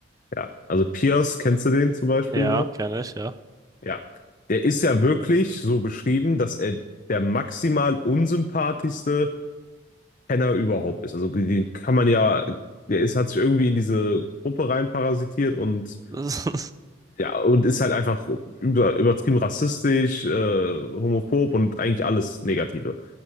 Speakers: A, on the left; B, on the right.
A: ja, also Pierce, kennst du den zum Beispiel
B: Ja,
A: noch?
B: kenne ich, ja.
A: Ja. Der ist ja wirklich so geschrieben, dass er der maximal unsympathischste Penner überhaupt ist. Also den kann man ja, der ist, hat sich irgendwie in diese Gruppe reinparasitiert und
B: <laughs> Das ist,
A: Ja, und ist halt einfach über, übertrieben rassistisch, äh, homophob und eigentlich alles Negative.